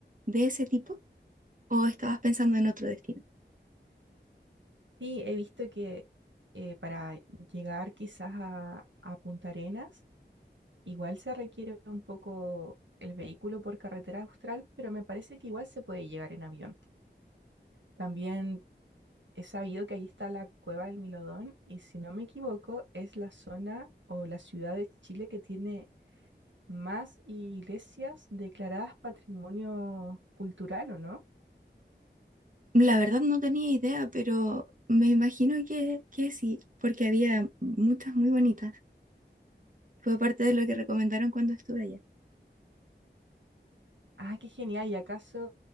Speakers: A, on the right (about 45°); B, on the right (about 80°).
A: de ese tipo o estabas pensando en otro destino.
B: Sí, he visto que eh, para llegar quizás a, a Punta Arenas, igual se requiere un poco el vehículo por carretera austral, pero me parece que igual se puede llegar en avión. También he sabido que ahí está la cueva del Milodón y si no me equivoco es la zona o la ciudad de Chile que tiene más iglesias declaradas patrimonio cultural, ¿o no?
A: La verdad no tenía idea, pero me imagino que, que sí, porque había muchas muy bonitas. Fue parte de lo que recomendaron cuando estuve allá.
B: Ah, qué genial. ¿Y acaso,